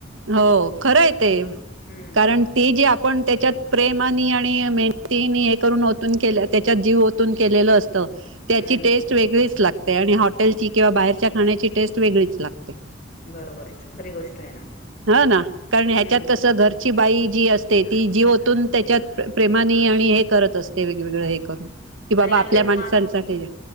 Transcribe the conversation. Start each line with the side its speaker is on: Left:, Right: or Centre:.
Right: हो खरं आहे ते
Left: हम्म
Right: कारण ती जी आपण त्याच्यात प्रेमानी आणि मेहनतीनी हे करून ओतून केल्या त्याच्यात जीव केलेलं असतं त्याची
Left: हम्म
Right: टेस्ट वेगळीच लागते आणि हॉटेलची किंवा बाहेरच्या खाण्याची टेस्ट वेगळीच लागते
Left: बरोबर आहेच खरी गोष्ट आहे ना
Right: ह ना कारण
Left: हम्म
Right: ह्याच्यात कसं घर बाई जी असते ती जीवतून त्याच्यात प्रेमानी आणि हे करत असते वेगवेगळं हे कर कि
Left: आणि
Right: बाबा
Left: आपले
Right: आपल्या माणसांसाठी
Left: हात